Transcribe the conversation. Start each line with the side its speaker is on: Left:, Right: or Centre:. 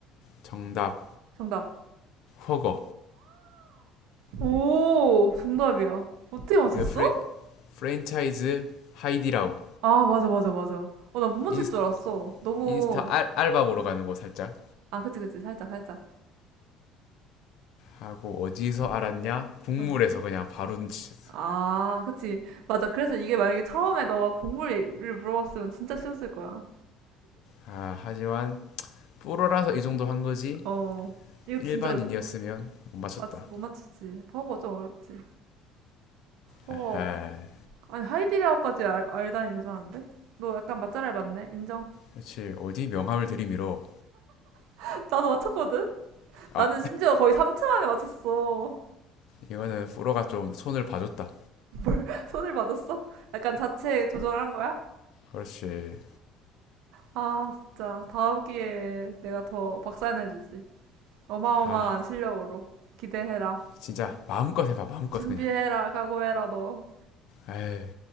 Left: 정답
Right: 정답.
Left: 허거
Right: 오, 정답이야. 어떻게 맞췄어?
Left: 이거 프레 프랜차이즈 하이디라우
Right: 아, 맞아, 맞아, 맞아. 어, 나 못 맞힐
Left: 인스,
Right: 줄 알았어. 너무,
Left: 인스타 알, 알바 보러 가는 거 살짝
Right: 아, 그치, 그치. 살짝, 살짝.
Left: 하고 어디서 알았냐 국물에서
Right: 어,
Left: 그냥 바로 눈치챘어
Right: 아, 그치. 맞아. 그래서 이게 만약에 처음에 너가 곡물을 물어봤으면 진짜 쉬웠을 거야.
Left: 아 하지만 프로라서 이 정도 한 거지
Right: 어, 이거
Left: 일반인이었으면
Right: 진짜
Left: 못 맞췄다
Right: 맞지, 못 맞히지. 버거 좀 어렵지. 버거.
Left: 에헤
Right: 아니, 하이디라고까지 알, 알다니 대단한데? 너 약간 맛잘알 맞네. 인정.
Left: 그렇지 어디 명함을 들이밀어
Right: <laughs> 나도 맞췄거든?
Left: 아
Right: 나는 심지어 거의 3초 만에 맞췄어.
Left: 이거는 프로가 좀 손을 봐줬다
Right: <laughs> 손을 맞았어? 약간 자체 조정을 한 거야?
Left: 그렇지
Right: 아, 진짜. 다음 기회에 내가 더 박살내주지. 어마어마한
Left: 아
Right: 실력으로. 기대해라.
Left: 진짜 마음껏 해봐 마음껏
Right: 준비해라.
Left: 그냥
Right: 각오해라, 너.
Left: 에이